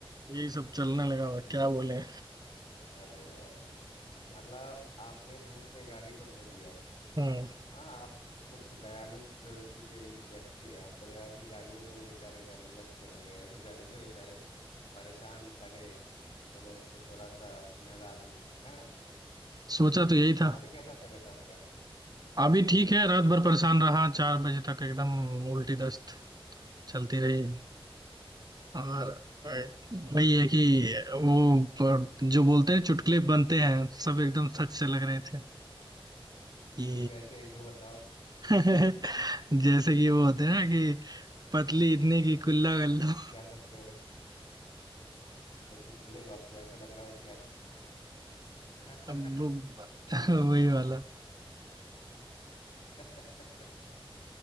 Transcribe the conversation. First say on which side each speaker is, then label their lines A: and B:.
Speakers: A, on the right; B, on the left.
A: यही सब चलने लगा और
B: <laughs>
A: क्या बोले
B: अरे वाह मतलब आपने धूप में गाड़ी को धो दिया
A: हम्म
B: हाँ आप कुछ दयालु प्रवृत्ति के भी व्यक्ति है आपको लगा कि गाड़ियों को भी बेचारे गर्मी लगते होंगे <laughs> गर्मी में बेचारे परेशान खड़े चलो उसको थोड़ा सा नहला दूं है ना
A: सोचा तो यही था
B: अभी कैसा तबीयत है आपका
A: अभी ठीक है रात भर परेशान रहा चार बजे तक एकदम उल्टी दस्त चलती रही और और
B: अच्छा अच्छा
A: वही है कि वो पर- जो बोलते हैं चुटकुले बनते हैं सब एकदम सच से लग रहे थे कि
B: <laughs> जैसे एक दो बताओ
A: <laughs> जैसे कि वो होते हैं ना कि पतली इतनी की कुल्ला कर लो
B: क्या सच से हो गए कोई चुटकुले जो आपको ऐसा लग रहा हो कि आप
A: अब वो <laughs> वही वाला
B: <laughs>